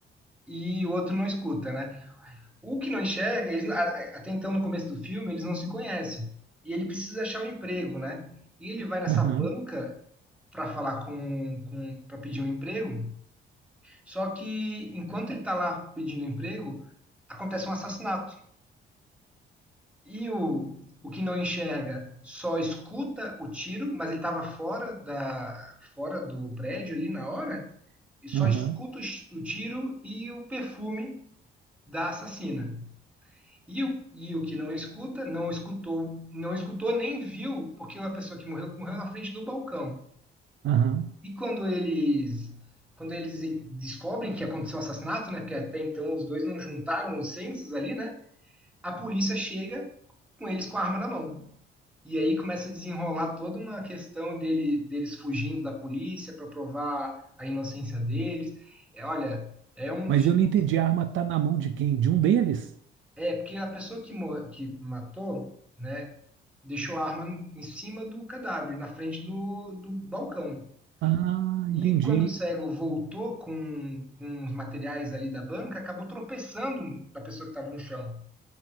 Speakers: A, in the centre; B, on the right (about 75°).
A: e o outro não escuta, né? O que não enxerga, eles, a- a- até então no começo do filme, eles não se conhecem. E ele precisa achar um emprego, né? E ele vai nessa
B: Aham,
A: banca para falar com, com, para pedir um emprego. Só que enquanto ele está lá pedindo emprego, acontece um assassinato. E o, o que não enxerga só escuta o tiro, mas ele estava fora da, fora do prédio ali na hora, e só
B: aham,
A: escuta o, chi- o tiro e o perfume da assassina. E o, e o que não escuta, não escutou, não escutou nem viu, porque a pessoa que morreu, morreu na frente do balcão.
B: aham.
A: E quando eles, quando eles descobrem que aconteceu o assassinato, né, porque até então os dois não juntaram os censos ali, né? A polícia chega com eles com a arma na mão. E aí começa a desenrolar toda uma questão dele, deles fugindo da polícia para provar a inocência deles. É, olha, é um
B: Mas
A: filme.
B: eu não entendi, a arma tá na mão de quem? De um deles?
A: É, porque a pessoa que, mo- que matou, né, deixou a arma em cima do cadáver, na frente do, do balcão.
B: Ah,
A: E
B: entendi,
A: quando o cego voltou com, com os materiais ali da banca, acabou tropeçando na pessoa que estava no chão.